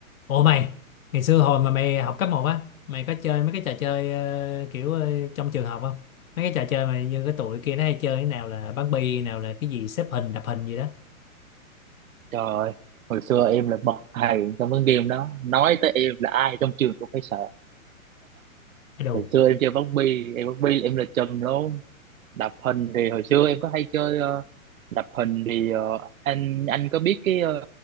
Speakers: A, on the left (about 70°); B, on the right (about 70°).
A: Ủa mày, ngày xưa hồi mà mày học cấp một á, mày có chơi mấy cái trò chơi ờ, kiểu ờ, trong trường học không? Mấy cái trò chơi mà như cái tụi kia nó hay chơi cái nào là bắn bi, nào là cái gì xếp hình, đập hình gì đó.
B: Trời ơi, hồi xưa em là bậc thầy trong cái game đó Nói tới em là ai trong trường cũng phải sợ
A: Cái Đồ.
B: Hồi xưa em chơi bóng bi, em bóng bi là em là trùm luôn Đập hình thì hồi xưa em có hay chơi ờ, đập hình thì ờ, anh anh có biết cái ờ,